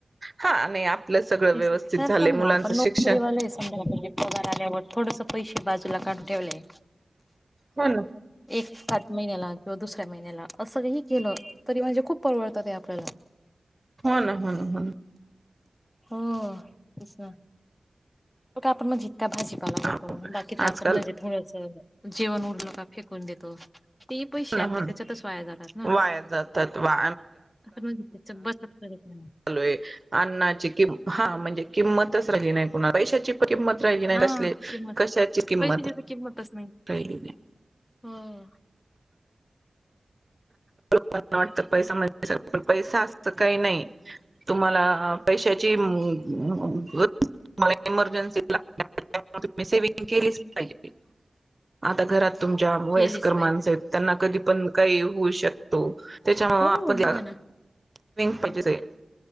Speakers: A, on the right; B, on the left.
A: हा आणि आपलं सगळं व्यवस्थित
B: जर
A: झालंय
B: समजा
A: मुलांचं
B: आपण नोकरीवालेय
A: शिक्षण
B: समजा म्हणजे पगार आल्यावर थोडस पैसे बाजूला काडून ठेवले,
A: हो ना
B: एक का महिन्याला किंवा दुसऱ्या महिन्याला असंही केलं तरी म्हणजे खूप परवडतात ते आपल्याला.
A: हो ना हो ना हो ना.
B: हो तेना. का आपण म्हणजे इतका भाजीपाला
A: ना
B: घेतो बाकी तर आपण
A: आजकाल
B: म्हणजे थोडंस जेवण उरलं का फेकून देतो. ते पैसे
A: हो ना
B: आपले
A: हो ना
B: त्याच्यातच वाया जातात ना.
A: वाया जातात वा
B: ण त्या बसत करत. नाही
A: चालूय अन्नाची कि हा म्हणजे किंमतच राहिली नाही कणा पैशाची किंमत राहिली नाही
B: हा
A: कसली
B: किंमत
A: कशाची किंमत.
B: पैशाची तर किंमतच
A: राहिली नाही
B: हो. <unintelligible>
A: आपल्याला वाटत पैसा म्हण पण पैसा असं काही नाही तुम्हाला पैशाची गरज तुमाला एमर्जेन्सी जे लागतात त्यामुळे सेविंग केलीच पाहिजे. आता घरात, तुमच्या वयस्कर
B: केलीच
A: माणसं
B: पाहिजे
A: आहेत त्यांना कधी पण काही होऊ शकतो. त्याच्यामुळ
B: हो
A: आपल्या
B: बघा
A: ला
B: ना
A: सेविंग पाहिजेल.